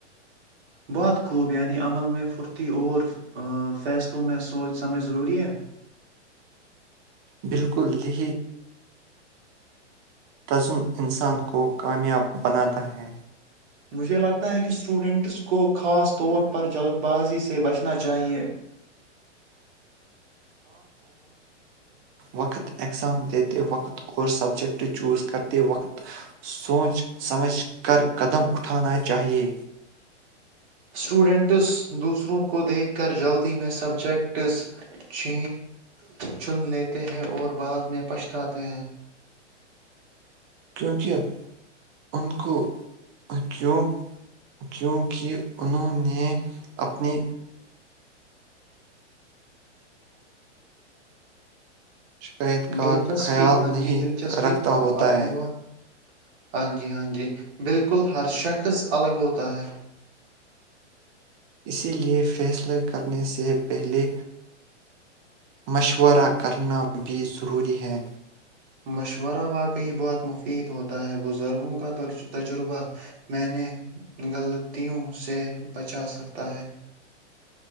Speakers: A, on the right; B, on the right.
A: بہت خوبیانی عمل میں پھرتی اور فیصلوں میں سوچ ہمیں ضروری ہے
B: بالکل لے تزم انسان کو کامیاب بناتا ہے
A: مجھے لگتا ہے کہ اسٹوڈنٹس کو خاص طور پر جلد بازی سے بچنا چاہیئے
B: وقت ایگزام دیتے وقت اور سبجیکٹ چوز کرتے وقت سوچ سمجھ کر قدم اٹھانا چاہیے
A: اسٹوڈنٹس دوسروں کو دیکھ کر جلدی میں سبجیکٹس چ چن لیتے ہیں اور بعد میں پچھتاتے ہیں
B: کیونکہ ان کو کیوں کیونکہ انہوں نے اپنی شکایت کا
A: دلچسپی
B: خیال
A: ہاں
B: نہیں
A: جی دلچسپی
B: رکھتا ہوتا
A: آپ نے
B: ہے
A: بہت ہاں جی ہاں جی بالکل ہر شخص الگ ہوتا ہے
B: اسی لے فیصلہے کرنے سے پہلے مشورہ کرنا بھی ضروری ہے
A: مشورہ واقعی بہت مفید ہوتا ہے بزرگوں کا تجربہ میں نے غلطیوں سے بچا سکتا ہے